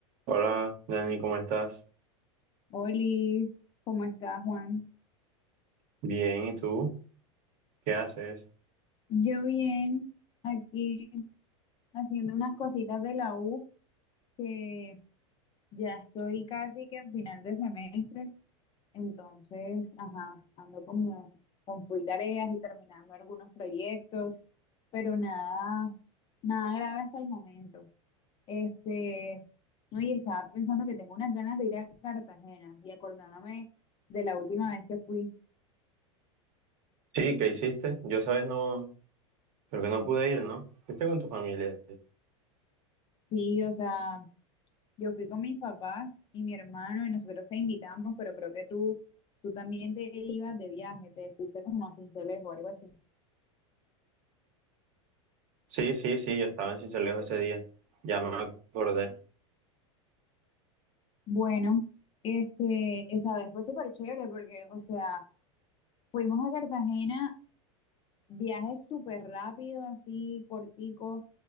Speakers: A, on the right; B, on the left.
A: Hola, Dani, ¿cómo estás?
B: Olis, ¿cómo estás, Juan?
A: Bien, ¿y tú? ¿Qué haces?
B: Yo bien, aquí haciendo unas cositas de la U, que ya estoy casi que en final de semestre, entonces, ajá, ando como con full tareas y terminando algunos proyectos, pero nada, nada grave hasta el momento. Este, no, y estaba pensando que tengo unas ganas de ir a Cartagena y acordándome de la última vez que fui.
A: Sí, ¿qué hiciste? Yo, sabes, no, creo que no pude ir, ¿no? ¿Fuiste con tu familia?
B: Sí, o sea, Yo fui con mis papás y mi hermano y nosotros te invitamos, pero creo que tú, tú también te ibas de viaje, te fuiste como a Sincelejo o algo así.
A: Sí, sí, sí, yo estaba en Sincelejo ese día, ya me acordé.
B: Bueno, este, esa vez fue súper chévere porque, o sea, fuimos a Cartagena, viaje súper rápido, así cortico,